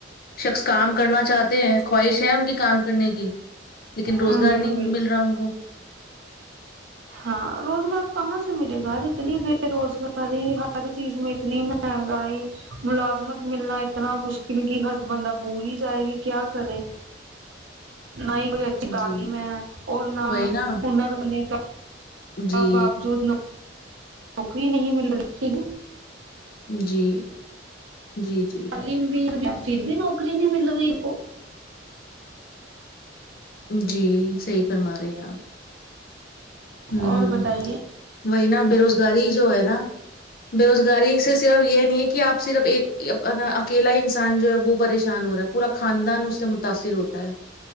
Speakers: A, on the left (about 50°); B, on the right (about 85°).
A: شخص کام کرنا چاہتے ہیں خواہش ہے ان کی کام کرنے کی لیکن روزگار
B: بالکل
A: نہیں
B: بالکل
A: مل رہا ان کو
B: ہاں روزگار کہاں سے ملے گا اتنی بے روزگاری ہر چیز میں اتنی میں مہگای ملازمت ملنا اتنا مشکل کہ ہر بندہ بول ہی جائے گی کیا کرے نہ ہی کوئی اچھی
A: جی
B: تعلیم ہے اور نہ
A: وہی نا
B: ہنر ہونے کا
A: جی
B: باوجود نوکری نہیں مل رہی ٹھیک
A: جی جی جی
B: تعلیم پھر بھی نوکری نہیں مل رہی آپ کو
A: جی صحیح فرما رہے ہیں آپ ہوں
B: اور بتائیے
A: وہی نا بے روزگاری جو ہے نا بے روزگاری سے صرف یہ نہیں ہے کہ آپ صرف ایک اپنا اکیلا انسان جو ہے وہ پریشان ہو رہا پورا خاندان اس سے متاثر ہوتا ہے